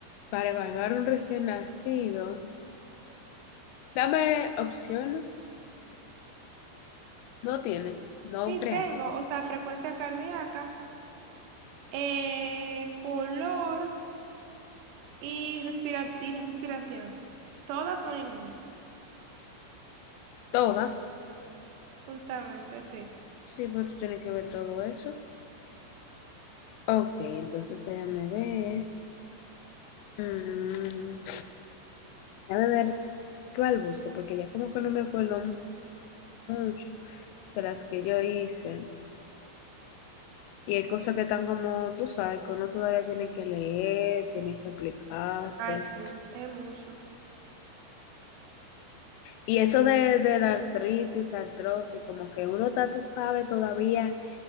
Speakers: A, on the left; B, on the right.
A: Para evaluar un recién nacido, dame opciones. No tienes, no
B: Sí,
A: creaste.
B: tengo, o sea, frecuencia cardíaca, eh, color y, respira y la respiración. ¿Todas o ninguna?
A: Todas.
B: Justamente, sí.
A: Sí, pero tú tienes que ver todo eso. Ok, entonces déjame ver. Mm, déjame ver cuál busco, porque ya como que no me acuerdo mucho. de las que yo hice. Y hay cosas que están como, tú sabes, que uno todavía tiene que leer, tiene que aplicarse.
B: Ay, sí, es mucho.
A: Y eso de, de la artritis, artrosis, como que uno está, tú sabes, todavía